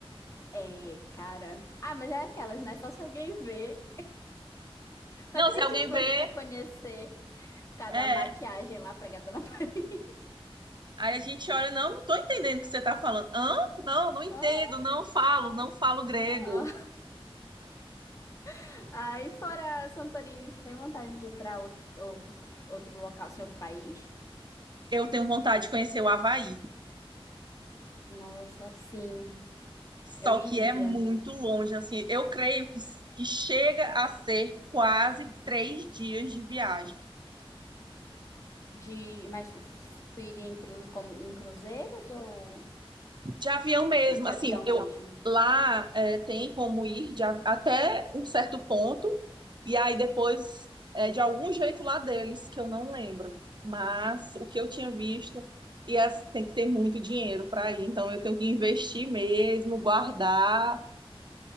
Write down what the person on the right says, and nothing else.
Não,
se alguém
vê.
É,
Aí a gente olha, não, não estou entendendo o que você está falando. Hã?
Não, não entendo,
não falo,
não falo grego.
Eu tenho vontade de conhecer o Havaí,
só
que é muito longe, assim. Eu creio que, que chega a ser quase três dias de viagem.
De avião mesmo,
assim,
eu
lá é, tem como ir de a- até um certo ponto, e aí depois é de algum jeito lá deles, que eu não lembro. Mas o que eu tinha visto, e as- tem que ter muito dinheiro para ir, então eu tenho que investir mesmo, guardar.